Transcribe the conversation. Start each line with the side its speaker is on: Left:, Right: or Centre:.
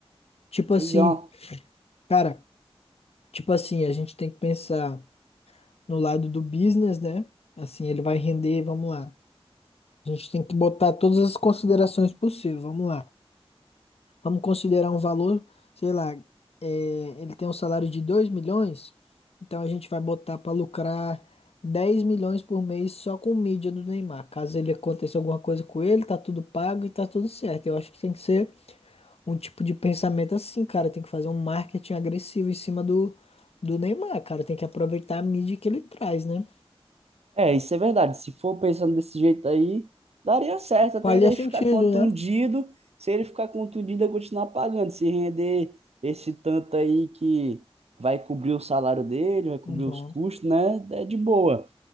Left: Tipo
Right: Pois
Left: assim,
Right: é, ó.
Left: cara, tipo assim, a gente tem que pensar no lado do business, né? Assim, ele vai render, vamos lá. A gente tem que botar todas as considerações possíveis, vamos lá. Vamos considerar um valor, sei lá, é, ele tem um salário de 2 milhões, então a gente vai botar para lucrar 10 milhões por mês só com mídia do Neymar. Caso ele aconteça alguma coisa com ele, tá tudo pago e tá tudo certo. Eu acho que tem que ser um tipo de pensamento assim, cara. Tem que fazer um marketing agressivo em cima do, do Neymar, cara. Tem que aproveitar a mídia que ele traz, né?
Right: É, isso é verdade. Se for pensando desse jeito aí, daria certo até
Left: Faria
Right: ele
Left: sentido,
Right: ficar contundido.
Left: né?
Right: Se ele ficar contundido, eu continuar pagando. Se render esse tanto aí que vai cobrir o salário dele, vai cobrir
Left: Uhum.
Right: os custos, né? É de boa.